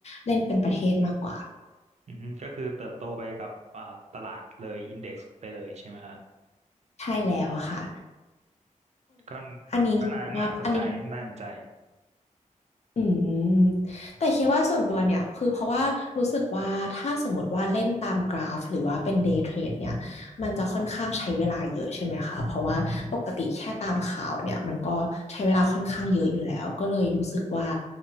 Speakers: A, on the left; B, on the right.
A: เล่นเป็นประเทศมากกว่า
B: อือฮึก็คือเติบโตไปกับอ่าตลาดเลยอินเด็กซ์ไปเลยใช่ไหมฮะ
A: ใช่แล้วค่ะ
B: ก็
A: อันนี้ว่าอันนี้
B: ก็น่าน่าสนใจน่าสนใจ
A: อืมแต่คิดว่าส่วนตัวเนี่ยคือเพราะว่ารู้สึกว่าถ้าสมมติว่าเล่นตามกราฟหรือว่าเป็นเดย์เทรดเนี่ยมันจะค่อนข้างใช้เวลาเยอะใช่ไหมคะเพราะว่าปกติแค่ตามข่าวเนี่ยมันก็ใช้เวลาค่อนข้างเยอะอยู่แล้วก็เลยรู้สึกว่า